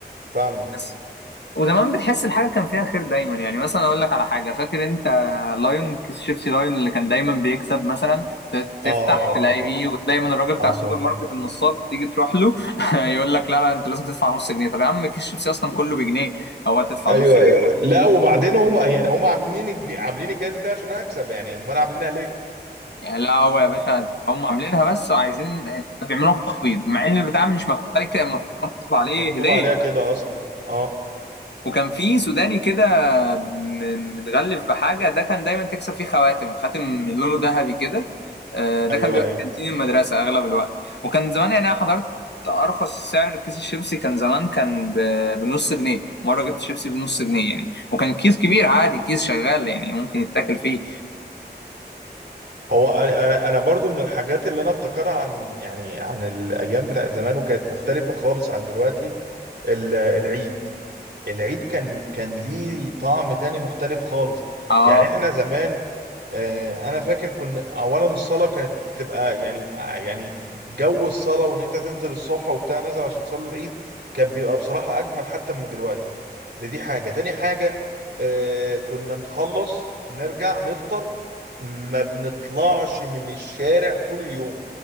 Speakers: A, on the right (about 75°); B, on the left (about 80°).
A: فاهمك
B: بس وزمان بتحس الحاجه كان فيها خير دايما يعني مثلا اقول لك على حاجه فاكر انت لايون كيس شيبسي لايون اللي كان دايما بيكسب مثلا ت- تفتح
A: اه
B: تلاقي
A: اه طبعا
B: بيه وتلاقي من الراجل بتاع
A: اه
B: السوبر
A: طبعا
B: ماركت النصاب تيجي تروح له <laughs> يقول لك لا لا انت لازم تدفع نص جنيه طب يا عم كيس شيبسي اصلا كله بجنيه هو هتدفع
A: ايوه
B: نص جنيه
A: أيوة. لا وبعدين هم يعني هم عاملين الج... عاملين الجائزه دي عشان اكسب يعني امال عاملينها ليه
B: يعني لا هو يا باشا هم عاملينها بس وعايزين بيعملوا لك تخفيض مع ان البتاع مش مكتوب عليك مكتوب مكتوب عليه
A: مش مكتوب
B: هديه
A: عليها كده اصلا اه
B: وكان في سوداني كده م- متغلف بحاجة ده كان دايما تكسب فيه خواتم خاتم من لونه ذهبي كده آه، ده
A: ايوه
B: كان بيبقى
A: ايوه
B: في كانتين المدرسة أغلب الوقت وكان زمان يعني أنا حضرت أرخص سعر كيس الشيبسي كان زمان كان ب- بنص جنيه مرة جبت شيبسي بنص جنيه يعني وكان كيس كبير عادي كيس شغال يعني ممكن يتاكل فيه
A: هو انا انا أنا برضو من الحاجات اللي انا افتكرها عن يعني عن الايام بتاعت زمان وكانت مختلفه خالص عن دلوقتي ال- العيد العيد كان كان ليه طعم تاني مختلف خالص
B: اه
A: يعني احنا زمان آه، انا فاكر كنا اولا الصلاه كانت تبقى يعني آه، يعني جو الصلاه وان انت تنزل الصبح وبتاع نازل عشان تصلي العيد كان بيبقى بصراحه اجمل حتى من دلوقتي ده دي حاجه تاني حاجه آه، كنا نخلص نرجع نفطر ما بنطلعش من الشارع طول اليوم